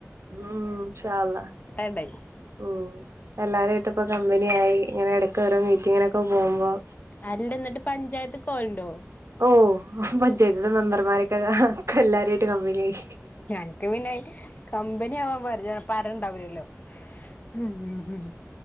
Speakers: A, on the right; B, on the left.
A: ഉം ഇൻശാ അല്ലാഹ്
B: ഉണ്ടായി
A: ഉം എല്ലാരും ആയിട്ടിപ്പം കമ്പനിയായി ഇങ്ങനെ ഇടക്ക് ഓരോ മീറ്റിങ്ങിനൊക്കെ പോകുമ്പോൾ.
B: ആരുണ്ട് എന്നിട്ട് പഞ്ചായത്ത് പോകാറുണ്ടോ?
A: ഓഹ് പഞ്ചായത്തിന്റെ മെമ്പർമാരെക്കെ എല്ലാരുമായിട്ട് കമ്പനിയായി.
B: ഞനൊക്കെ പിന്നെ കമ്പനി ആവാൻ പരിച അപ്പം ആരുമുണ്ടാവില്ലല്ലോ. ഉം ഉം ഉം